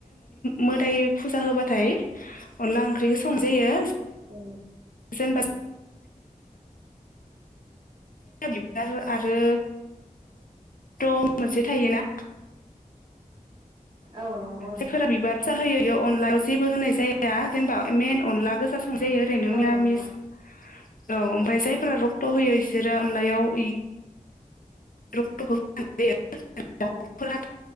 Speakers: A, on the left (about 70°); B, on the right (about 35°).
A: मोदाय फुजा होबाथाय अनला ओंख्रिखौ संजायो
B: औ
A: जेनबा बिबार आरो मोनसे थायोना
B: औ नंगौ नोंथां
A: जायफोरा बिबार जा होयो बेयो अनलायाव जेबो होनाय जाया जेनेबा मेन अनला गोसा संजायो ओरैनो मिरामिस
B: औ नोंथां
A: औ ओमफ्राय जायफोरा रक्ट होयो इसोरो अनलायाव ' <unintelligible>